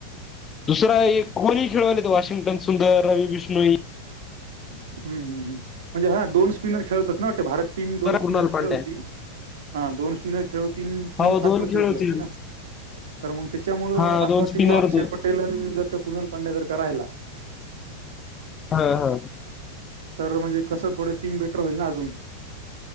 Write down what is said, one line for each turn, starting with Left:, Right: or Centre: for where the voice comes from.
Left: दुसरा एक कोणी खेळवालेत वॉशिंग्टन सुंदर, रवि विष्णू
Right: हम्म हम्म हम्म म्हणजे हा, दोन स्पिनर खेळवतात ना वाटते भारत टीम दोन
Left: कृणाल
Right: स्पिनर
Left: पांड्या
Right: खेळवती. हां दोन स्पिनर खेळवतील, तीन
Left: हो
Right: फास्टर
Left: दोन खेळ
Right: खेळवतील
Left: होतील
Right: वाटते ना. तर मंग त्यांच्यामुळे
Left: हा दोन
Right: असं वाटतं
Left: स्पिनर
Right: की, बा अक्षर
Left: दोन
Right: पटेल अन जर का कुनाल पांड्या जर का राहिला
Left: हो हो.
Right: तर म्हणजे कसं, थोड टीम बेटर होईल ना अजून.